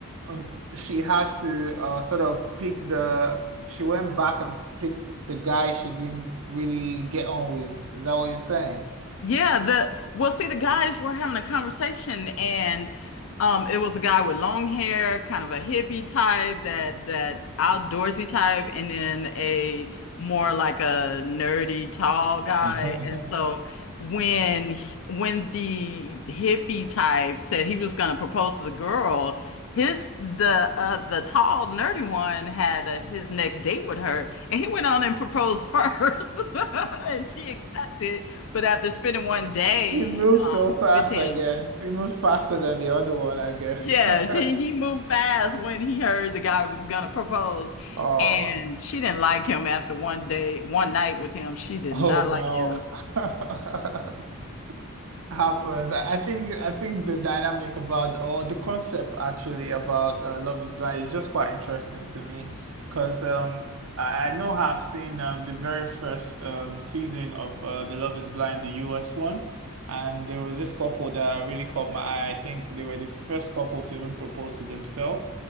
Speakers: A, on the right; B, on the left.
A: um she had to uh sort of pick the she went back and picked the guy she didn't really get on with. Is that what you're saying?
B: Yeah, the well, see, the guys were having a conversation, and um, it was a guy with long hair, kind of a hippie type, that that outdoorsy type, and then a more like a nerdy tall guy.
A: <laughs>
B: And so when he- when the hippie type said he was going to propose to the girl, his the uh the tall nerdy one had uh, his next date with her, and he went on and proposed first, <laughs> and she accepted. But after spending one day
A: He moves
B: um,
A: so fast,
B: with him,
A: I guess. He moves faster than the other one, I guess.
B: yeah,
A: <laughs>
B: she, he moved fast when he heard the guy was gonna propose,
A: Oh,
B: and she didn't like him after one day, one night with him. She did
A: oh
B: not
A: no.
B: like him.
A: <laughs> happens. I I think I think the dynamic about or the concept actually about uh, Love is Blind is just quite interesting to me because um I, I know I've seen um the very first um season of uh, the Love is Blind the US one and there was this couple that really caught my eye. I think they were the first couple to even propose to themselves.